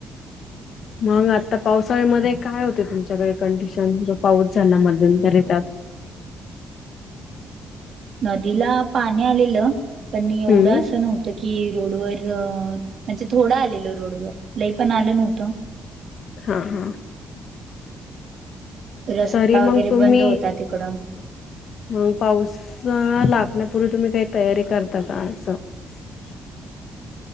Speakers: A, on the left; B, on the right.
A: मग आता पावसाळ्यामध्ये काय होती तुमच्याकडे कंडिशन जो पाऊस झाला मध्यंतर त्यात?
B: नदीला पाणी आलेलं पण एवढं
A: हम्म
B: असं नव्ह त कि रोडवर म्हणजे थोडं आलेल रोडवर लई पण आलं नव्हतं.
A: हा हा,
B: रस्ता
A: तरी
B: वगैरे
A: मग तुम्ही
B: बंद होता तिकडं
A: मग पाऊस लागण्यापूर्वी तुम्ही काही तयारी करता का असं? <inaudible>